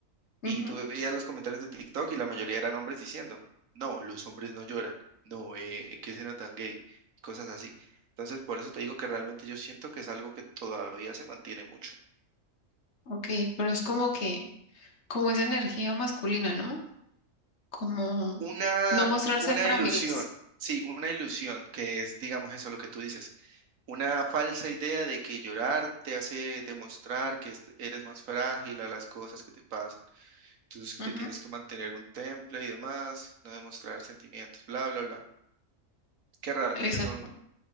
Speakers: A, on the left; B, on the right.
A: ujú,
B: Y tú veías los comentarios de TikTok y la mayoría eran hombres diciendo, no, los hombres no lloran, no, eh, qué escena tan gay, y cosas así. Entonces, por eso te digo que realmente yo siento que es algo que todavía se mantiene mucho.
A: ok, pero es como que, como esa energía masculina, ¿no? como
B: Una,
A: no mostrarse
B: una
A: frágiles.
B: ilusión, sí, una ilusión que es, digamos eso, lo que tú dices, una falsa idea de que llorar te hace demostrar que est- eres más frágil a las cosas que te pasan. Entonces,
A: Ujú,
B: que tienes que mantener un temple y demás, no demostrar sentimientos, bla, bla, bla, que realmente
A: Exacto.
B: son